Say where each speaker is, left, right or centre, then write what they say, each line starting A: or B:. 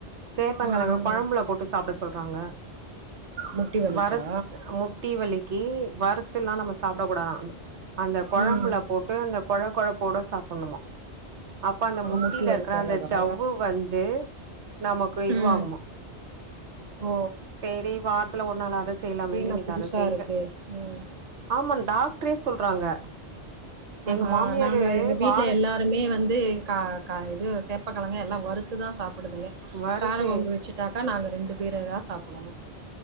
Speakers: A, on the right; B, on the right.
A: சேப்பங்கெழங்க
B: ம்
A: கொழம்புல
B: ம்
A: போட் சாப்ட சொல்றாங்க
B: முட்டி வலிக்கா
A: வர முட் தீவெலிக்கு வரத்துலா நம்ப சாப்டக்கூடாதா அந்த கொழம்புல
B: ம்
A: போட்டு அந்த கொழ கொழப்போட சாப்புனுமா அப்ப அந்த
B: ஓ
A: முட்டில
B: முட்டி வலிக்காகவா
A: இருக்கிற அந்த ஜவ்வு வந்து நமக்கு இதுவாகுமா
B: ம் ஓ
A: சேரி வாரத்துல ஒரு நாள்வாது அத செய்லாமேன்ட்டு
B: இதே நா
A: இன்னைக்கி
B: புதுசா
A: அத செஞ்சே
B: இருக்கே ம்
A: ஆமா டாக்டரே சொல்றாங்க
B: அஹா
A: எங்க மாமியாரு
B: நாங்க எங்க வீட்ல
A: வார
B: எல்லா இந்த மே வந்து க க இது சேப்பக்கெழங்க எல்லா வறுத்து தா சாப்பிடுதுங்க
A: வறுத்து
B: கார கொழம்பு வச்சு ட்டாக்கா நாங்க ரெண்டு பேரே தா சாப்புடணு